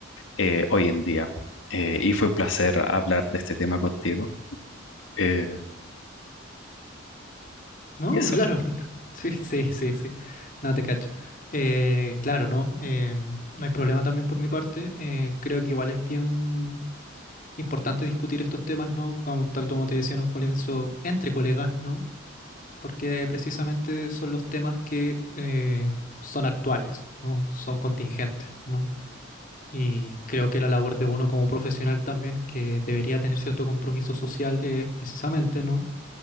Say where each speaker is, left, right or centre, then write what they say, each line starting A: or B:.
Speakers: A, on the left; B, on the left.
A: eh, hoy en día. Eh, y fue un placer hablar de este tema contigo. Eh,
B: No,
A: y eso,
B: claro. <laughs> Sí, sí, sí, sí. No te cacho. Eh, claro, ¿no? Eh, no hay problema también por mi parte. Eh, creo que igual es bien importante discutir estos temas, ¿no? Como, tal como te decía en un comienzo, entre colegas, ¿no? Porque precisamente son los temas que eh, son actuales, ¿no? Son contingentes, ¿no? Y creo que la labor de uno como profesional también, que debería tener cierto compromiso social, es precisamente, ¿no?